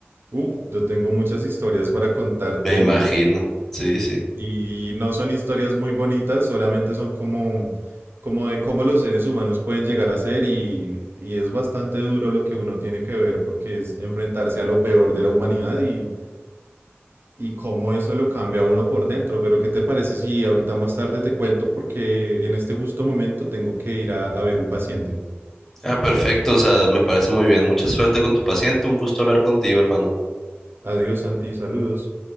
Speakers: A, on the right; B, in the centre.
A: Uf, yo tengo muchas historias para contarte
B: Me imagino. Sí, sí.
A: Y no son historias muy bonitas, solamente son como, como de cómo los seres humanos pueden llegar a ser y, y es bastante duro lo que uno tiene que ver porque es enfrentarse a lo peor de la humanidad y, y cómo eso lo cambia a uno por dentro. Pero ¿qué te parece si ahorita más tarde te cuento porque en este justo momento tengo que ir a, a ver un paciente?
B: Ah, perfecto, o sea, me parece muy bien. Mucha suerte con tu paciente. Un gusto hablar contigo, hermano.
A: Adiós, Santi, saludos.